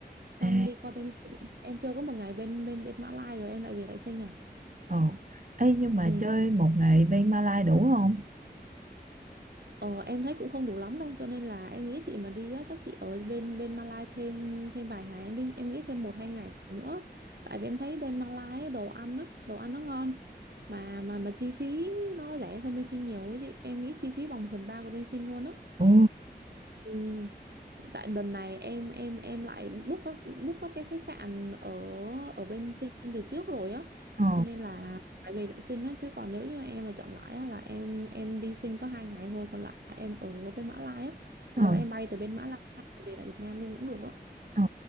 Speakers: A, on the right; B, on the right.
A: xong
B: À,
A: đi qua bên Sing. em chưa có một ngày bên bên bên Malai rồi em lại về lại Sing à.
B: ồ. Ê nhưng mà
A: Ừ.
B: chơi một ngày bên Malaysia đủ không?
A: Ờ, em thấy cũng không đủ lắm đâu cho nên là em nghĩ chị mà đi á chắc chị ở bên bên Malai thêm thêm vài ngày đi em nghĩ thêm một hai ngày nữa tại vì em thấy bên Malai á, đồ ăn á đồ ăn nó ngon mà mà mà chi phí nó rẻ hơn bên Sinh nhiều ấy chị em nghĩ chi phí bằng một phần ba của bên Sinh luôn á
B: Ồ,
A: ừ tại lần này em em em lại book phát- book mất cái khách sạn ở ở bên Sinh từ trước rồi á
B: ồ,
A: cho nên là phải về lại Sinh á chứ còn nếu như em là chọn lại á là em em đi Sinh có hai ngày thôi còn lại em ở bên Mã Lai á
B: ồ.
A: do đó em bay từ bên Mã Lai về lại Việt Nam luôn cũng được á
B: Ờ.